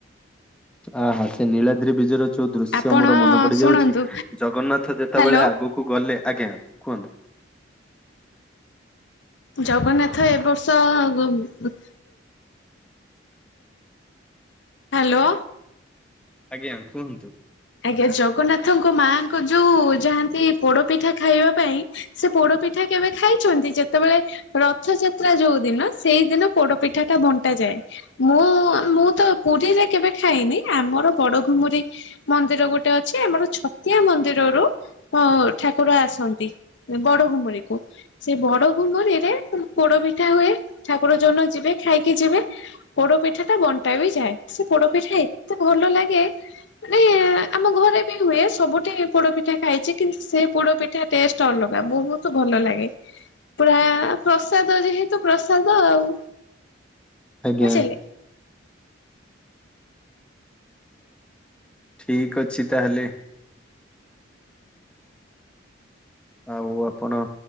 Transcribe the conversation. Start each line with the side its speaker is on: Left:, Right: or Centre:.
Centre: ଆହା! ସେ ନୀଳାଦ୍ରି ବିଜୟର ଯୋଉ ଦୃଶ୍ୟ
Left: ଆପଣ
Centre: ମୋର ମନେ ପଡିଯାଉଛି।
Left: ଶୁଣନ୍ତୁ
Centre: ଜଗନ୍ନାଥ ଯେତେବେଳେ
Left: ହ୍ୟାଲୋ
Centre: ଆଗକୁ ଗଲେ ଆଜ୍ଞା କୁହନ୍ତୁ।
Left: ଜଗନ୍ନାଥ ଏ ବର୍ଷ ଗ ଗ ହ୍ୟାଲୋ।
Centre: ଆଜ୍ଞା କୁହନ୍ତୁ।
Left: ଆଜ୍ଞା ଜଗନ୍ନାଥଙ୍କ ମାଆଙ୍କ ଯୋଉ ଯାହାନ୍ତି ପୋଡପିଠା ଖାଇବା ପାଇଁ ସେ ପୋଡ ପିଠା କେବେ ଖାଇଛନ୍ତି ଯେତେବେଳେ ରଥଯାତ୍ରା ଯୋଉ ଦିନ ସେଇଦିନ ପୋଡ ପିଠା ଟା ବଣ୍ଟାଯାଏ। ମୁଁ ମୁଁ ତ ପୁରୀରେ କେବେ ଖାଇନି ଆମର ବଡ ଘୁମୁରି ମନ୍ଦିର ଗୋଟେ ଅଛି ଆମର ଛତିଆ ମନ୍ଦିରରୁ ଅ ଠାକୁର ଆସନ୍ତି। ବଡ଼ ଘୁମୁରି କୁ ସେଇ ବଡ଼ ଘୁମୁରିରେ ପୋଡ଼ ପିଠା ହୁଏ ଠାକୁର ଯୋଉଡଦିନ ଯିବେ ଖାଇକି ଯିବେ। ପୋଡ଼ ପିଠା ଟା ବଣ୍ଟା ବି ଯାଏ ସେ ପୋଡ଼ ପିଠା ଏତେ ଭଲ ଲାଗେ। ମାନେ ଆମ୍ ମ ଘରେ ବି ହୁଏ ସବୁଠି ପୋଡ଼ପିଠା ଖାଇଛି କିନ୍ତୁ ସେ ପୋଡ଼ପିଠା ଟେଷ୍ଟ ଅଲଗା ବହୁ ତୁ ଭଲ ଲାଗେ ପୁରା ପ୍ରସାଦ ଯେହେତୁ ପ୍ରସାଦ ଆଉ।
Centre: ଆଜ୍ଞା।
Left: ବୁଝିଲେ।
Centre: ଠିକ ଅଛି ତାହେଲେ। ଆଉ ଆପଣ